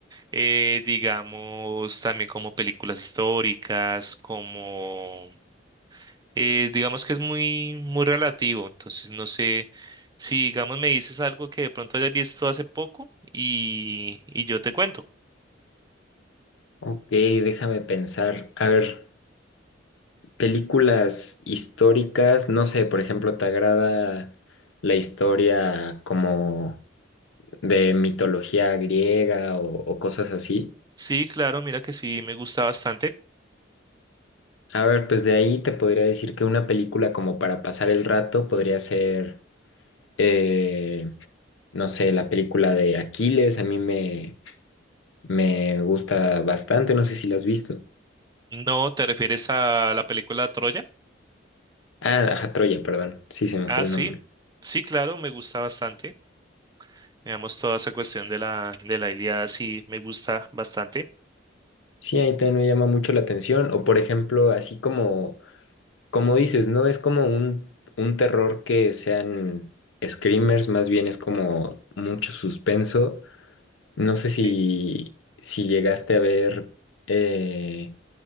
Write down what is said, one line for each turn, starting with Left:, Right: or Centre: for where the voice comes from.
Right: Eh, digamos también como películas históricas, como eh, digamos que es muy, muy relativo, entonces no sé si, digamos, me dices algo que de pronto hayas visto hace poco y, y yo te cuento.
Left: Ok, déjame pensar. A ver, películas históricas, no sé, por ejemplo, ¿te agrada la historia como de mitología griega o, o cosas así?
Right: Sí, claro, mira que sí, me gusta bastante.
Left: A ver, pues de ahí te podría decir que una película como para pasar el rato podría ser, eh, no sé, la película de Aquiles, a mí me... Me gusta bastante, no sé si la has visto.
Right: No, ¿te refieres a la película Troya?
Left: Ah, ajá, Troya, perdón. Sí, se me
Right: Ah,
Left: fue el
Right: sí,
Left: nombre.
Right: sí, claro, me gusta bastante. Digamos, toda esa cuestión de la, de la Ilíada sí me gusta bastante.
Left: Sí, ahí también me llama mucho la atención. O por ejemplo, así como, como dices, no es como un, un terror que sean screamers, más bien es como mucho suspenso. No sé si,
Right: Sí.
Left: si llegaste a ver eh,